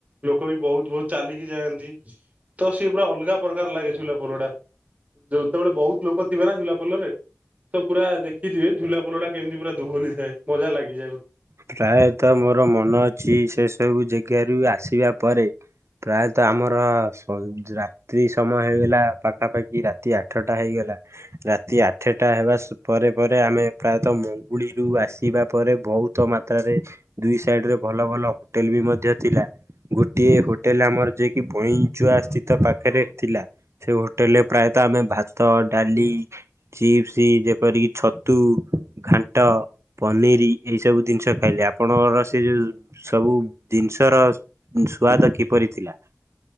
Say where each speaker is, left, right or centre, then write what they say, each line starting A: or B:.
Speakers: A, on the right; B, on the right.
A: ଲୋକ ବି ବହୁତ ବହୁତ ଚାଲିକି ଯାଆନ୍ତି ତ ସିଏ ପୁରା ଅଲଗା ପ୍ରକାର ଲାଗେ ଝୁଲାପୋଲ ଟା। ଯେତବେଳେ ବହୁତ ଲୋକ ଥିବେ ନା ଝୁଲା ପୋଲରେ ତ ପୁରା ଦେଖିଥିବେ ଝୁଲା ପୋଲଟା କେମିତି ପୁରା ଦୋହଲି ଥାଏ ମଜା ଲାଗିଯାଏ।
B: ପ୍ରାୟତଃ ମୋର ମନ ଅଛି ସେ ସବୁ ଯେଗାରୁ ଆସିବା ପରେ। ପ୍ରାୟତଃ ଆମର ସଂ ରାତି ରାତ୍ରି ସମୟ ହେଇଗଲା ପାଖାପାଖି ରାତି ଆଠଟା ହେଇଗଲା ରାତି ଆ ଠେଟା ହେବା ପରେ ପରେ ଆମେ ପ୍ରାୟତଃ ମୁଙ୍ଗୁଳିରୁୁ ଆସିବା ପରେ ବହୁତ ତ ମାତ୍ରାରେ ଦୁଇ ସାଇଡ ରେ ଭଲ ଭଲ ହୋଟେଲ ବି ମଧ୍ୟ ଥିଲା। ଗୋଟିଏ ହୋଟେଲ ଆମର ଯେକି ପଇଁଚୁଆ ସ୍ଥିତ ପାଖେରେ ଥିଲା। ସେ ହୋଟେଲରେ ପ୍ରାୟତଃ ଆମେ ଭାତ, ଡାଲି ଚିପ୍ସ ଯେପରିକି ଛତୁ, ଘାଣ୍ଟ, ପନିର ଏଇ ସବୁ ଜିନିଷ ଖାଇଲେ ଆପଣଙ୍କର ସେ ଯେଉଁ ସବୁ ଜିନିଷର ସ୍ୱାଦ କିପରି ଥିଲା?